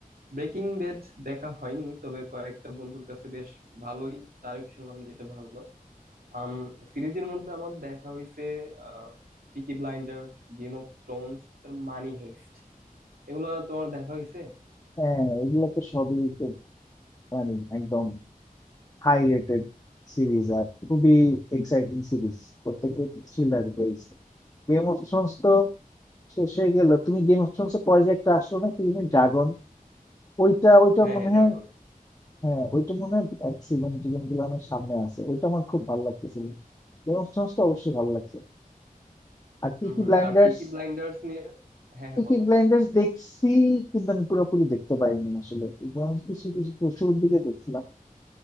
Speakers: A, on the right; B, on the left.
A: ব্রেকিং ব্যাড দেখা হয়নি তবে কয়েকটা বন্ধুর কাছে বেশ ভালোই তারিফ শুনলাম যেটা ভালো আম সিরিজের মধ্যে আমার দেখা হইছে Peaky Blinders Game of Thrones তার মানি হেইস্ট এগুলো তোমার দেখা হইছে
B: হ্যাঁ এগুলো তো সবই তো মানে একদম হাই রেটেড সিরিজ আর খুবই এক্সাইটিং সিরিজ প্রত্যেকটা thriller based Game of thrones তো শেষ হয়ে গেল তুমি গেম অফ থ্রোনস এর পরে যে একটা আসলো না কি তুমি ড্রাগন ওইটা ওইটা
A: হ্যাঁ
B: মনে
A: হ্যাঁ ড্রাগন
B: হয় হ্যাঁ ওইটা মনে হয় এক সিজন দুজন গুলো অনেক সামনে আছে ওইটা আমার খুব ভালো লাগতেছিল গেম অফ থ্রোনস তো অবশ্যই ভালো লাগছে আর পিকি
A: হুম হুম
B: ব্লাইন্ডার্স
A: আর পিকি ব্লাইন্ডার্স নিয়ে হ্যাঁ হ্যাঁ
B: পিকি
A: বলো
B: ব্লাইন্ডার্স দেখছি কিন্তু আমি পুরোপুরি দেখতে পাইনি আসলে এবং কিছু কিছু শুরুর দিকে দেখছিলাম